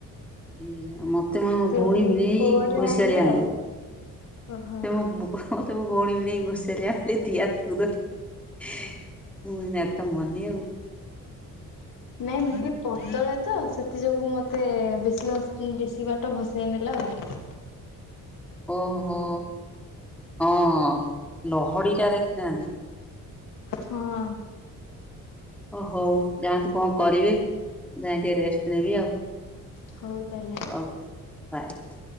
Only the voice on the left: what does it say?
ସେ
ବୋର୍ଡ
ରେ
ଆଉ ଓହୋ।
ନାଇଁ ମୁଁ ବି ପତଳା ତ। ସେଥି ଯୋଗୁ ମତେ ବେଶୀ ବେଶୀ ବାଟ ଭସେଇ ନେଲା ଆଉ।
ହଁ।
ହଉ ତାହେଲେ।